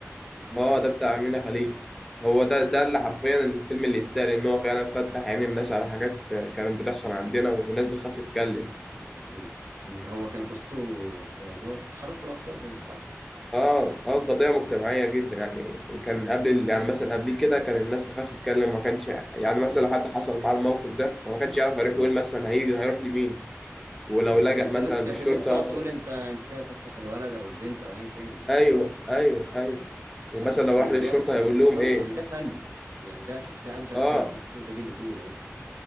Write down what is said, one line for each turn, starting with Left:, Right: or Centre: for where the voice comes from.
Right: محمد
Centre: اه
Right: شاهين
Centre: ده بتاع أمينة خليل هو ده ده اللي حرفيا الفيلم اللي يستاهل ان هو فعلا فتح عين الناس على حاجات كانت بتحصل عندنا والناس بتخاف تتكلم
Right: مم. مش هو كان قصته آه، اللي هو تحرش بالاطفال باين صح؟
Centre: اه اه قضية مجتمعية جدا يعني كان قبل ال- يعني مثلا قبل كده كان الناس تخاف تتكلم ما كانش يعني مثلا
Right: مم.
Centre: لو حد حصل معاه الموقف ده فما كانش يعرف هيروح
Right: مم.
Centre: يقول مثلا هيجري هيروح لمين ولو
Right: اه
Centre: لجأ
Right: كانت
Centre: مثلا
Right: الناس كانت
Centre: للشرطة
Right: الناس تقعد تقول انت انت كده تفضح الولد او البنت او ايا كان يعني
Centre: ايوه ايوه ايوه ومثلا
Right: لا بس
Centre: لو
Right: ده
Centre: راح
Right: دلوقتي
Centre: للشرطة هيقول لهم
Right: كويس
Centre: ايه
Right: يعني ده فن يعني ده شوف ده ادى رساله
Centre: اه
Right: ديك شوف انت ديك بتقول اهو